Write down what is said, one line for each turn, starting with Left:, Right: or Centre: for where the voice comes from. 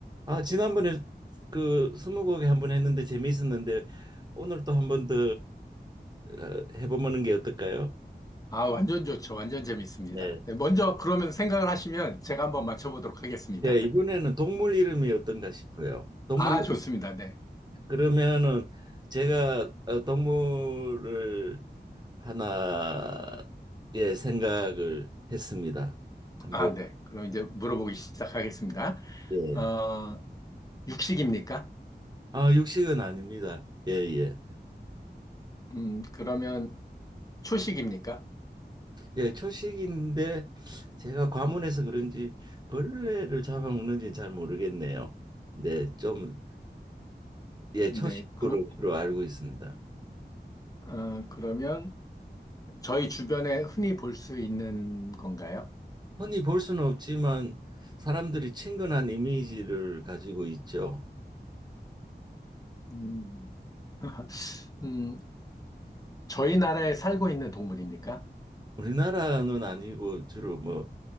Right: 아, 지난번에 그 스무고개 한번 했는데 재미있었는데 오늘 또 한 번더 어, 해보는 게 어떨까요?
Left: 아, 완전 좋죠. 완전 재밌습니다.
Right: 네.
Left: 네, 먼저 그러면 생각을 하시면 제가 한번 맞춰보도록 하겠습니다.
Right: 예, 이번에는 동물 이름이 어떤가 싶어요. 동물이
Left: 아, 좋습니다. 네.
Right: 그러면은 제가 어, 동물을 하나 예 생각을 했습니다. 한번
Left: 아, 네. 그럼 이제 물어보기 시작하겠습니다.
Right: 예.
Left: 어, 육식입니까?
Right: 아, 육식은 아닙니다. 예, 예.
Left: 음, 그러면 초식입니까?
Right: 예, 초식인데 제가 과문해서 그런지 벌레를 잡아먹는지는 잘 모르겠네요. 네, 좀 예,
Left: 네.
Right: 초식으로
Left: 그러,
Right: 주로 알고 있습니다.
Left: 어, 그러면 저희 주변에 흔히 볼 수 있는 건가요?
Right: 흔히 볼 수는 없지만 사람들이 친근한 이미지를 가지고 있죠.
Left: 음, <laughs> 음, 저희 나라에 살고 있는 동물입니까?
Right: 우리나라는 아니고 주로 뭐